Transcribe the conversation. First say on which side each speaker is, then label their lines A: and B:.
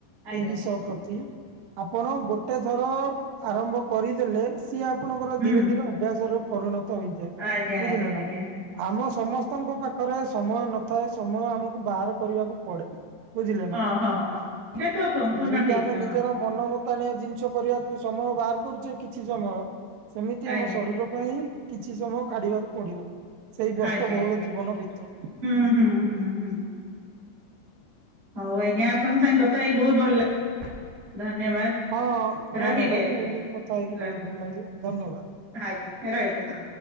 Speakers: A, on the right; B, on the right.
A: ଆଜ୍ଞା।
B: ଏଇ ବିଷୟ ପ୍ରତି ଆପଣ ଗୋଟେ ଥର ଆରମ୍ଭ କରିଦେଲେ। ସିଏ ଆପଣଙ୍କର
A: ହୁଁ
B: ଧୀରେ ଧୀରେ ଅଭ୍ୟାସରେ ପରିଣତ ହେଇଯାଏ
A: ଆଜ୍ଞା
B: ବୁଝିଲେ
A: ଆଜ୍ଞା ଆଜ୍ଞା
B: ନା। ଆମ ସମସ୍ତଙ୍କ ପାଖରେ ସମୟ ନଥାଏ ସମୟ ଆମକୁ ବାହାର କରିବାକୁ ପଡେ। ବୁଝିଲେ
A: ହଁ
B: ନା
A: ହଁ ହଁ। ଏଇଟା ତ ସମ୍ପୂର୍ଣ୍ଣ
B: ଯେମିତି
A: ଠିକ
B: ଆମେ ନିଜର
A: ହଁ
B: ମନ ମ ତାଣିଆ ଜିନିଷ କରିବାକୁ ସମୟ ବାହାର କରୁଛେ। କିଛି ସମୟ ସେମିତି
A: ଆଜ୍ଞା
B: ଆମ ଶରୀର ପାଇଁ କିଛି ସମୟ କାଢିବାକୁ ପଡିବ। ସେଇ ବ୍ୟସ୍ତବହୁଳ
A: ଆଜ୍ଞା ଆଜ୍ଞା।
B: ଜୀବନ ଭିତରେ।
A: ହୁଁ ହୁଁ ହୁଁ ହୁଁ। ହଉ ଆଜ୍ଞା ଆପଣଙ୍କ ସାଙ୍ଗେ କଥା ହେଇ ବହୁତ ଭଲ ଧନ୍ୟବାଦ।
B: ହଁ ହଁ
A: ରହିଲି
B: ମ୍ୟାଡ଼ାମ
A: ଆଜ୍ଞା।
B: ମୁଁ ବି କଥା ହେଇକି
A: ର-
B: ବହୁତ ଭଲ ଲାଗିଲା ଧନ୍ୟବାଦ।
A: ଆଜ୍ଞା ରହିଲି ହଁ।